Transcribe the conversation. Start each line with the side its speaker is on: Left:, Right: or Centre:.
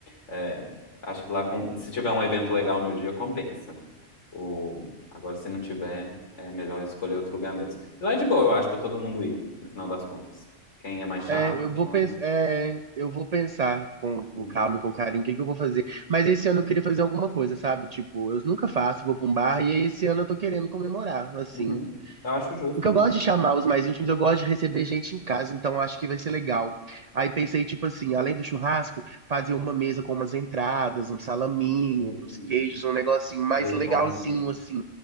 Left: É, acho que lá, com- se tiver um evento legal no dia, compensa. O... Agora, se não tiver, é melhor escolher outro lugar mesmo. E lá é de boa, eu acho, pra todo mundo ir, no final das contas. Quem é mais chato,
Right: É, eu
Left: quem
Right: vou
Left: não
Right: pensar,
Left: é.
Right: eu vou pensar com, com
Left: Uhum.
Right: calma e com carinho o que que eu vou fazer. Mas esse ano eu queria fazer alguma coisa, sabe? Tipo, eu nunca faço, vou pra um bar e esse ano eu tô querendo comemorar, assim.
Left: Uhum. Eu acho justo,
Right: O que
Left: amigo.
Right: eu gosto de chamar os mais íntimos, eu gosto de receber gente em casa, então eu acho que vai ser legal. Aí pensei, tipo assim, além do churrasco, fazer uma mesa com umas entradas, um salaminho,
Left: Hum,
Right: uns queijos, um negocinho mais
Left: azeitona,
Right: legalzinho, assim,